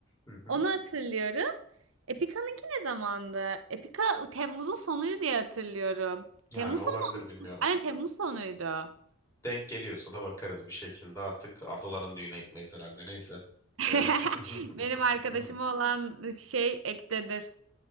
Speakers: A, on the left; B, on the right.
A: Hı hı.
B: Onu hatırlıyorum. Epica'nınki ne zamandı? Epica Temmuz'un sonuydu diye hatırlıyorum.
A: Yani
B: Temmuz
A: olabilir
B: sonu
A: bilmiyorum.
B: mu? Aynen Temmuz sonuydu.
A: Denk geliyorsa da bakarız bir şekilde. Artık Ardaların düğüne gitmeyiz herhalde. Neyse.
B: <laughs>
A: Ee, <laughs>
B: Benim arkadaşım olan şey ektedir.